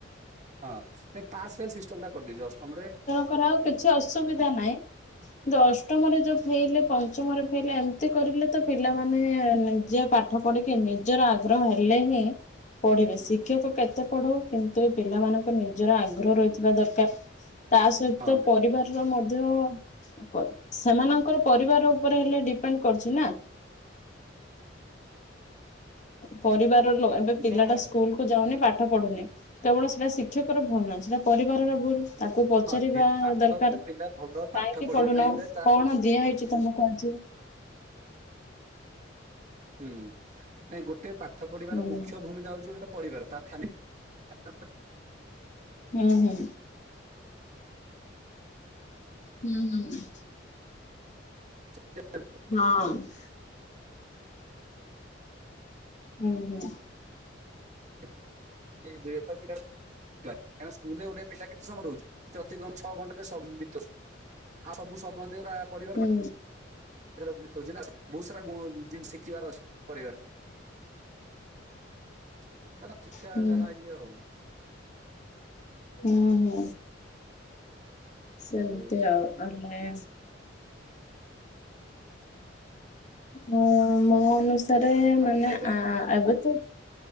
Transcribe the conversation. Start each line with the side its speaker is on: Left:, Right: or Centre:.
Right: ହଁ ନାଇଁ ପାସ୍ ଫେଲ ସିଷ୍ଟମ ଟା କରିଦେଇଛି ଅଷ୍ଟମରେ
Left: କରାହଉ କିଛି ଅସୁବିଧା ନାହିଁ କିନ୍ତୁ ଅଷ୍ଟମରେ ଯୋଉ ଫେଲ ପଞ୍ଚମରେ ଫେଲ ଏମ ଏମିତି କରିଲେ ତ ପିଲାମାନେ ନିଜେ ପାଠ ପଢିକି ନିଜର ଆଗ୍ରହ ହେଲେ ହିଁ ପଢିବେ ଶିକ୍ଷକ କେତେ ପଢଉ କିନ୍ତୁ ଏ ପିଲାମାନଙ୍କୁ ତାଙ୍କ ନିଜର ଆଗ୍ରହ ରହିଥିବା ଦରକାର ତା ସହିତ
Right: ହଁ
Left: ପରିବାରର ମଧ୍ୟ ପ ସେମାନଙ୍କର ପରିବାର ଉପରେ ହେଲେ ଡିପେଣ୍ଡ୍ କରୁଛି ନା। ପରିବାର ଲୋ ଏ ଏବେ
Right: ପିଲା
Left: ପିଲାଟା ସ୍କୁଲ କୁ ଯାଉନି ପାଠ ପଢୁନି କେବଳ ସେଇଟା ଶିକ୍ଷକର ଭୁଲ ନୁହଁ ସେଟା ପରିବାରର ଭୁଲ। ତାକୁ ପଚାରିବା
Right: ହଁ ନି- ପାଠ
Left: ଦରକାର
Right: ଗୋଟେ ପିଲା ଭଲ ପାଠ
Left: କାଇଁକି
Right: ପଢିବା
Left: ପଢୁନୁ,
Right: ପାଇଁ ହେଲେ ତା
Left: କଣ
Right: ମୁ-
Left: ଦିଆ ହେଇଛି ତମକୁ ଆଜି?
Right: ହୁଁ ନାଇଁ ଗୋଟେ ପାଠ ପଢିବାର
Left: ହୁଁ।
Right: ମୁଖ୍ୟ ଭୂମିକା ହଉଛି ଗୋଟେ ତା ପରିବାର ତା ଫ୍ୟାମିଲୀ
Left: ହୁଁ, ହୁଁ ହୁଁ, ହୁଁ
Right: <inaudible>
Left: ହଁ <inaudible> ହୁଁ, ହୁଁ
Right: <unintelligible> କାହିଁକି ନା ସ୍କୁଲରେ ଗୋଟେ ପିଲା କେତେ ସମୟ ରହୁଛି। ସେ ଅତି କମରେ ଛଅ ଘଣ୍ଟା ଟେ ସମ ବିତଉଚି ଆଉ ସବୁ ସମୟ ତିକ <unintelligible> ତା ପରିବାର
Left: ହୁଁ।
Right: ସାରା ବିତଉଚି ନା ବହୁତ ସାରା ଗୁ ଜିନିଷ ଶିଖିବାର ଅଛି ପରିବାରରେ। <unintelligible>
Left: ହୁଁ ହୁଁ ହୁଁ ସେମତି
Right: ଆଉ
Left: ଆଉ। ଅଇଲେ। ମୁଁ ମୋ ଅନୁସାରେ
Right: ଆଉ
Left: ମାନେ
Right: ଖାଇବା
Left: ଆ ଏବେ ତ।